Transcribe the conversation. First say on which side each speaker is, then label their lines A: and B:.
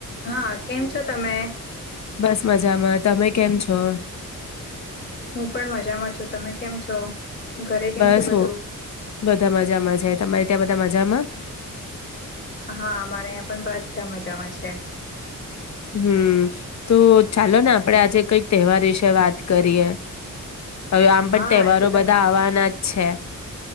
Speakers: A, on the left; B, on the left.
A: હા કેમ છો? તમે
B: બસ મજામાં. તમે કેમ છો?
A: હું પણ મજામાં છું. તમે કેમ છો? ઘરે કેમ
B: બસ
A: છે બધું
B: હુ બધા મજામાં છે. તમારે ત્યાં બધા મજામાં?
A: હા મારે અહીંયા પણ બધા મજામાં છે.
B: હમ્મ તો ચાલોને આપડે આજે કઈક તહેવાર વિશે વાત કરીએ. હવે આમ
A: હા
B: પણ તહેવારો
A: એ તો તમે
B: બધા આવાના જ છે.